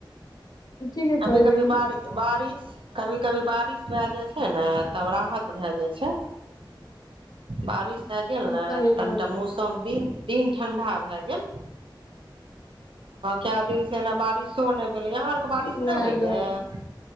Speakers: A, on the left; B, on the right.
A: ठीके
B: कभी
A: कहलियै
B: कभी बारि बारिश कभी कभी बारिश भए जाइ छै ने तब राहत भए जाइ छै बारिश भए गेल ने
A: सही
B: कनिटा
A: बोलली
B: मौसम दिन दिन ठंडा भए गेल कए दिन <inaudible> नहि भेलै यहाँ आरके बारिश
A: नहि
B: होइया
A: बेहिन
B: आ